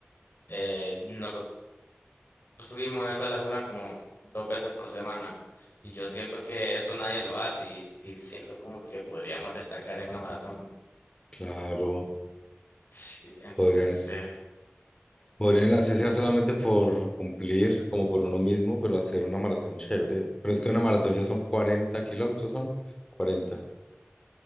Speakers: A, on the left; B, on the left.
A: eh, nosotros subimos a esa laguna como dos veces por semana. Y yo siento que eso nadie lo hace y, y siento como que podríamos destacar en una maratón.
B: Claro.
A: Sí, entonces,
B: Podrían. Podrían, así sea solamente por cumplir, como por uno mismo, pero hacer una maratón chévere. Pero es que una maratón ya son cuarenta kilómetros, son cuarenta